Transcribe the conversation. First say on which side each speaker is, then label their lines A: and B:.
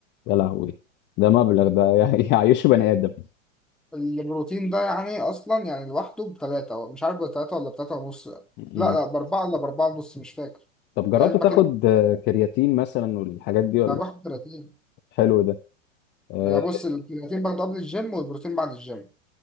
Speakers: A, on the left (about 25°); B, in the centre.
A: يا لهوي ده مبلغ ده يع- <laughs> يعيش بني آدم
B: البروتين ده يعني أصلا يعني لوحده بتلاتة مش عارف بتلاتة ولا بتلاتة ونص لا
A: امم
B: لا بأربعة ولا بأربعة ونص مش فاكر
A: طب جربت
B: العلبة
A: تاخد
B: كده
A: آه، كرياتين مثلا والحاجات دي ولا
B: أنا باخد كرياتين
A: حلو ده آه،
B: يعني بص الكرياتين باخده قبل الجيم والبروتين بعد الجيم